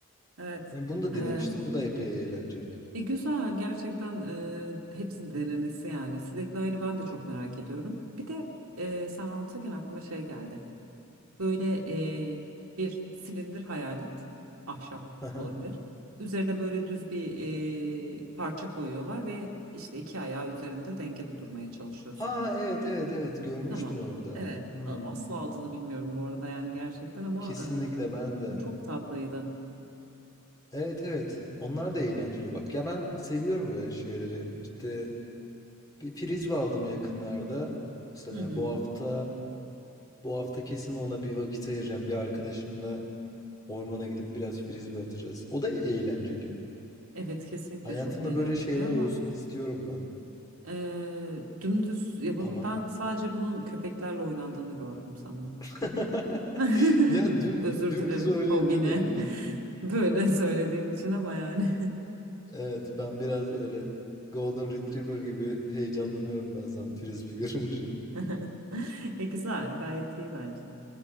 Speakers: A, on the right; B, on the left.
A: Evet.
B: Yani bunu da
A: Ee,
B: denemiştim. Bu da epey eğlenceli. <laughs>
A: e, güzel gerçekten e, hepsi denenesi yani. Slackline'ı ben de çok merak ediyorum. Bir de e, sen anlatırken aklıma şey geldi. Böyle eee, bir silindir hayal et. Ahşap
B: Hı
A: olabilir. Üzerine böyle düz bir eee, parça koyuyorlar ve işte iki ayağı üzerinde dengede durmaya çalışıyorsun.
B: Ha evet evet evet görmüştüm
A: Tamam.
B: onu da.
A: Evet.
B: Hmm,
A: A- Asla adını bilmiyorum bu arada yani gerçekten ama
B: kesinlikle
A: eee,
B: ben de.
A: bu çok tatlıydı.
B: Evet evet onlar da eğlenceli bak. Ya ben seviyorum öyle şeyleri. İşte bir frisbee aldım yakınlarda. Mesela
A: Hı hı.
B: bu hafta bu hafta kesin ona bir vakit ayıracağım. Bir arkadaşımla ormana gidip biraz frisbee atacağız. O da eğlenceli.
A: Evet kesinlikle
B: Hayatımda
A: çok eğlenceli
B: böyle şeyler
A: ama
B: olsun istiyorum ben.
A: eee dümdüz yapabil
B: Ama
A: ben sadece bunu köpeklerle oynandığını gördüm sanırım.
B: <laughs>
A: <laughs>
B: ya düm,
A: Özür
B: dümdüz
A: dilerim
B: oynayınca
A: hobine.
B: da eğlenceli.
A: <laughs> Böyle söylediğim için ama yani.
B: Evet, ben biraz öyle Golden Retriever gibi heyecanlanıyorum bazen frisbee <laughs> görünce.
A: <laughs> E güzel, gayet iyi bence.